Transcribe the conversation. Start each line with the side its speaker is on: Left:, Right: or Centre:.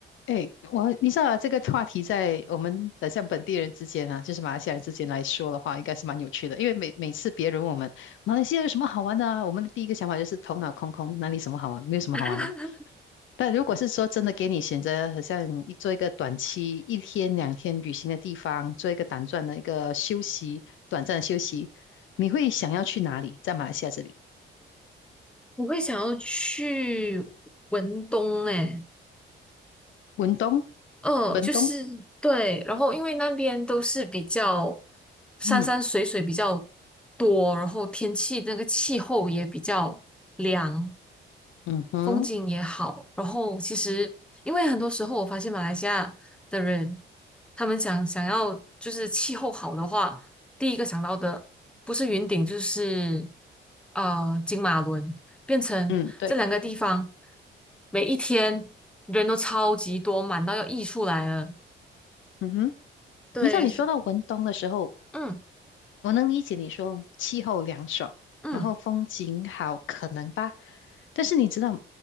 Left: 哎，我你知道啊，这个话题在我们的像本地人之间啊，就是马来西亚人之间来说的话，应该是蛮有趣的。因为每每次别人问我们马来西亚有什么好玩的啊，我们的第一个想法就是头脑空空，哪里什么好玩，没有什么好玩的啊。
Centre: <laughs>
Left: 但如果是说真的给你选择，好像一做一个短期一天两天旅行的地方，做一个短暂的一个休息，短暂的休息，你会想要去哪里？在马来西亚这里，
Centre: 我会想要去文东诶，
Left: 文东，
Centre: 呃，
Left: 文东，
Centre: 就是对，然后因为那边都是比较山山水水比较
Left: 嗯
Centre: 多，然后天气那个气候也比较凉，
Left: 嗯哼，
Centre: 风景也好。然后其实因为很多时候我发现马来西亚的人，他们想想要就是气候好的话，第一个想到的不是云顶就是呃金马伦。变成这两个地方
Left: 嗯对，
Centre: 每一天人都超级多，满到要溢出来了。
Left: 嗯哼。
Centre: 对，
Left: 你知道你说到文东的时候。
Centre: 嗯
Left: 我能理解你说气候凉爽，
Centre: 嗯。
Left: 然后风景好，可能吧。但是你知道，